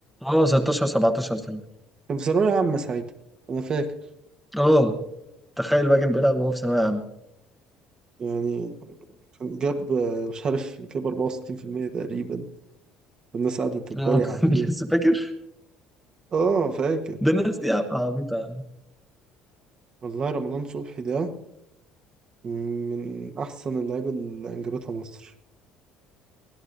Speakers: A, in the centre; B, on the right.
A: اه 16 17 سنة
B: كان في ثانويه عامه ساعتها انا فاكر
A: اه تخيل بقى كان بيلعب وهو في ثانوية عامة
B: يعني كان جاب آه، مش عارف جاب 64% تقريبا الناس قعدت تتريق
A: اه <laughs>
B: عليه
A: لسه فاكر
B: اه فاكر
A: ده الناس دي عب- عبيطة يا عم.
B: والله رمضان صبحي ده من احسن اللعيبه اللي انجبتها مصر